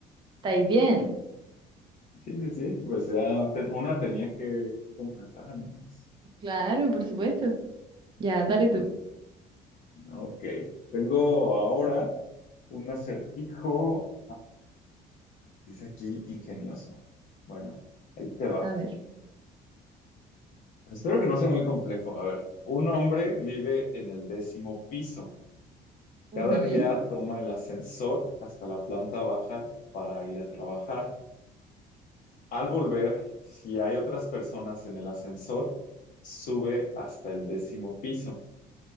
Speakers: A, on the right (about 30°); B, on the left (about 50°).
A: ¿Estáis bien?
B: Sí, sí, sí. Pues ya ten- una tenía que completar. al menos.
A: Claro, por supuesto. Ya, dale tú.
B: Ok. Tengo ahora un acertijo. Dice aquí ingenioso. Bueno, ahí te va.
A: A ver.
B: Espero que no sea muy complejo. A ver, un hombre vive en el décimo piso. Cada
A: Ujú.
B: día toma el ascensor hasta la planta baja para ir a trabajar. Al volver, si hay otras personas en el ascensor, sube hasta el décimo piso.